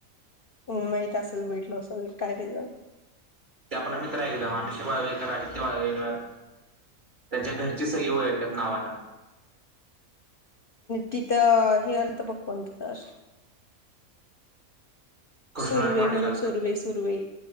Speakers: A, on the left; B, on the right.
A: हम माहित असेल बघितलो, असेल काय तेज.
B: ते आपला मित्र आहे. एकदम अभिषेक वाळवेकर आदित्य वाळवेकर. त्यांच्या घरची सगळी ओळ त्यात नावनं,
A: तिथं हे आलं त बघ कोण तर,
B: कृष्णाला
A: सुर्वे
B: माडे
A: म्हणून
B: घालतात.
A: सुर्वे सुर्वे